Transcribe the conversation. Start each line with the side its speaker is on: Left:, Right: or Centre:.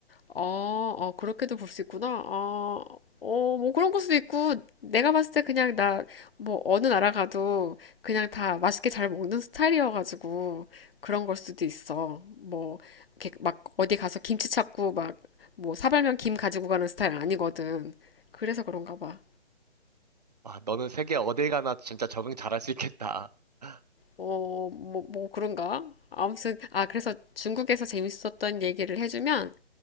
Left: 아, 아, 그렇게도 볼 수 있구나. 아, 어, 뭐 그런 걸 수도 있고, 내가 봤을 때 그냥 나, 뭐, 어느 나라 가도 그냥 다 맛있게 잘 먹는 스타일이어가지고, 그런 걸 수도 있어. 뭐, 이렇게 막 어디 가서 김치 찾고, 막, 뭐, 사발면 김 가지고 가는 스타일 아니거든. 그래서 그런가 봐.
Right: 와, 너는 세계 어딜 가나 진짜 적응 잘할 수 있겠다. <laughs>
Left: 어, 뭐, 뭐, 그런가? 아무튼, 아, 그래서 중국에서 재밌었던 얘기를 해주면,